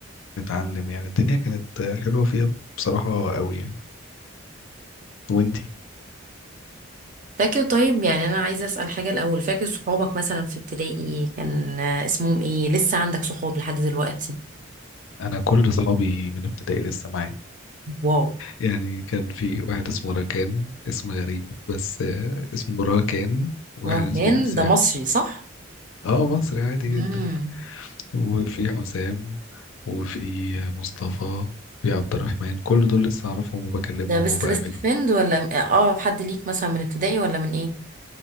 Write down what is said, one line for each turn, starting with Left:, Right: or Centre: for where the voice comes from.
Left: ونتعلم يعني الدنيا كانت حلوه فيها بصراحه قوي يعني وانتي
Right: فاكر طيب يعني انا عايزه اسال حاجه الاول فاكر صحابك مثلا في ابتدائي كان آه، اسمهم ايه لسه عندك صحاب لحد دلوقتي
Left: انا كل اصحابي من ابتدائي لسه معايا
Right: واو
Left: يعني كان في واحد اسمه راكان اسم غريب بس آه، اسمه راكان واحد
Right: آه،
Left: اسمه
Right: كان
Left: حسام
Right: ده مصري صح
Left: اه مصري عادي
Right: امم
Left: جدا وفي حسام وفي مصطفى في عبد الرحمن كل دول لسه اعرفهم وبكلمهم
Right: ده بيست
Left: وبقابلهم
Right: بيست فريند ولا اه حد ليك مثلا من ابتدائي ولا من ايه